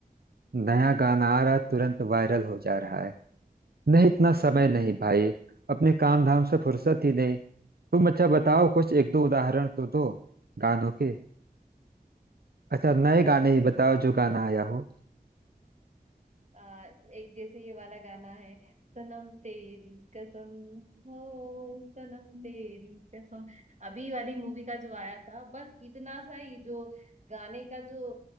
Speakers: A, on the right; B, on the right.
A: नया गाना आ रहा तुरंत वायरल हो जा रहा है नहीं इतना समय
B: हम्म
A: नहीं भाई अपने काम धाम से फुर्सत ही नहीं तुम अच्छा बताओ कुछ एक दो उदाहरण तो दो गानों के अच्छा नए
B: अरे
A: गाने ही बताओ
B: वो
A: जो गाना आया हो
B: आ, एक जैसे ये वाला गाना है सनम तेरी कसम हो सनम तेरी कसम अभी वाली मूवी का जो आया था बस इतना सा ही जो गाने का जो